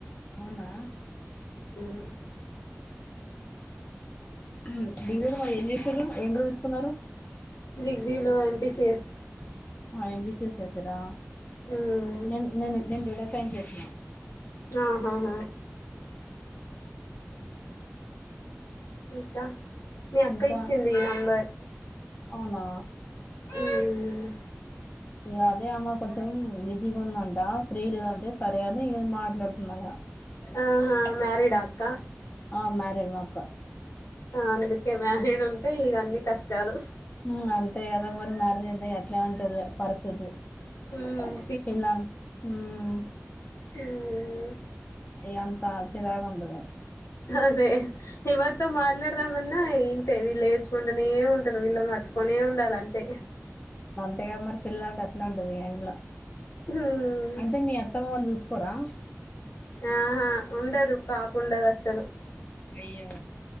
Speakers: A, on the left; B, on the left.
A: అవునా
B: హ్మ్
A: హ్మ్ డిగ్రీలో మరి ఏం చేస్తారు ఏం గ్రూప్ తీసుకున్నారు
B: డిగ్రీలో ఎం పి సి ఎస్
A: ఆ ఎం పి సి ఎస్ చేసరా
B: మ్మ్
A: నేన్ నేను నేను డేటా సైన్స్ చేసిన
B: ఆహాహా ఇంకా మీ అక్క
A: ఇంకా
B: ఇచ్చింది ఈ నంబర్
A: అవునా
B: మ్మ్ హ్మ్ హు
A: ఇగ అదే అమ్మ కొంచెం బిజ్ జిగుందంట ఫ్రీ లేద అంటే సరే అని మాట్లాడుతున్నా ఇగ
B: అహా మ్యారీడ అక్క
A: ఆ మ్యారీడ్ మా అక్క
B: ఆ అందుకే మ్యారీడ్ ఉంటే ఇవన్నీ కష్టాలు
A: హ్మ్మ్ అంతే కదా మరి మ్యారేజ్ అయితే ఇగ అట్లనే ఉంటది పరిస్థితి
B: మ్మ్
A: ఇళ్ళ హ్మ్మ్
B: హ్మ్
A: అయ్ అంత చిరాకు ఉంటది
B: అదే ఎవరితో మాట్లాడదామన్నా ఇంతే వీలు ఏడుసుకుంటనే ఉంటరు వీళ్లని వట్టుకొనే ఉండాల అంతే
A: తేగా మరి పిల్ల అంటే అట్లే ఉంటది ఇగ ఇంట్లో
B: మ్మ్
A: అంటే మీ అత్తమ్మ వాళ్లు చూసు పోరా
B: ఆహా ఉండదు పాప ఉండదు అస్సలు
A: అయ్యో